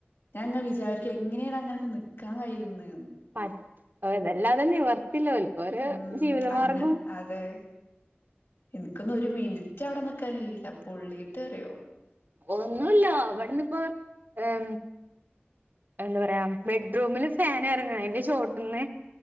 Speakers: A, on the left (about 65°); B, on the right (about 50°).
A: ഞാങ്ങ വിചാരിക്ക എങ്ങനെയാണ് അങ്ങനൊക്കെ നിൽക്കാൻ കഴിയുന്നെന്ന്
B: പറ്റ ഇതെല്ലാതെ നിവർത്തില്ല ഒൾക്കൊരു
A: ഉം
B: ജീവിതമാർഗവും
A: അന്ന അതെ എനിക്കൊന്നും ഒരു മിനിറ്റ് അവിടെ നിക്കാൻ കഴിയില്ല പൊള്ളീട്ട് അറിയോ
B: ഒന്നുല്ല അവിടന്ന് ഇപ്പോ എ എന്താ പറയാ ബെഡ്റൂമില് ഫാൻ ഇറങ്ങണം അതിന്റെ ചോട്ട്ന്ന്